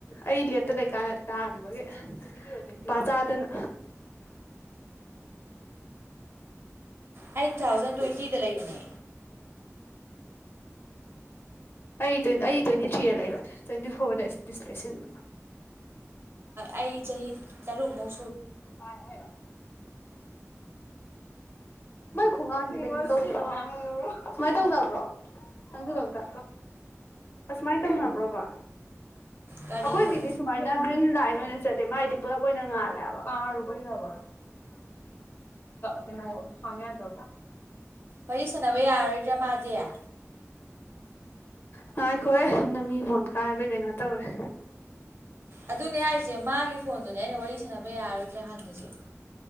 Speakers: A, on the left (about 50°); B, on the right (about 50°).
A: ꯑꯩ ꯂꯦꯞꯇ ꯂꯩꯀꯥꯟꯅ ꯇꯥꯈꯤꯕꯒ ꯅꯨꯄꯥꯗꯅ
B: ꯑꯩ ꯇꯨ ꯊꯥꯎꯖꯟ ꯇ꯭ꯋꯦꯟꯇꯤꯗ ꯂꯩꯕꯅꯦ
A: ꯑꯩ ꯑ ꯑ ꯇ꯭ꯋꯦꯟꯇꯤ ꯊ꯭ꯔꯤꯗ ꯂꯩꯕꯅꯦ ꯇ꯭ꯋꯦꯟꯇꯤ ꯐꯣꯔꯗ ꯗꯤꯁꯄ꯭ꯂꯦ ꯁꯤꯟꯕ
B: ꯑꯩ ꯆꯍꯤ ꯇꯔꯨꯛꯃꯧ
A: ꯇꯥꯏ ꯍꯥꯏꯔ ꯃꯣꯏ ꯈꯣꯡꯒꯥꯡꯁꯦ ꯀꯩꯅꯣ ꯇꯧꯗ ꯁꯨꯃꯥꯏꯅ ꯇꯧꯅꯕ꯭ꯔꯣ ꯅꯪꯁꯨ ꯈꯛꯇ ꯑꯃꯥꯏꯅ ꯇꯧꯅꯕ꯭ꯔꯣꯕ
B: ꯀꯔꯤꯅꯣ
A: ꯑꯩꯈꯣꯏꯒꯤꯗꯤ ꯁꯨꯃꯥꯏꯅ ꯒ꯭ꯔꯤꯟ ꯂꯥꯏꯟ ꯂꯣꯏꯅ ꯆꯠꯇꯂꯦ ꯃꯥꯒꯤꯗꯤ ꯄꯨꯂꯞ ꯑꯣꯏꯅ ꯉꯥꯂꯦ ꯄꯥꯔꯨꯕꯔꯕ ꯀꯩꯅꯣ ꯍꯉꯌꯥ ꯂꯕ
B: ꯋꯥꯔꯤ ꯁꯟꯅꯅꯕ ꯌꯥꯔꯣꯏ ꯏꯔꯃꯥꯗꯌꯥ
A: ꯉꯥꯏꯈꯣꯏ ꯁꯝꯅ ꯃꯤ ꯐꯣꯟ ꯀꯥꯏꯕ ꯀꯩꯅꯣ ꯇꯧꯔꯦ
B: ꯑꯗꯨꯅꯦ ꯍꯥꯏꯁꯦ ꯃꯥꯒꯤ ꯐꯣꯟꯗꯨꯅꯦ ꯑꯩꯅ ꯋꯥꯔꯤ ꯁꯥꯟꯅꯕ ꯌꯥꯔꯣꯏꯗ꯭ꯔꯥ ꯍꯪꯉꯤꯁꯦ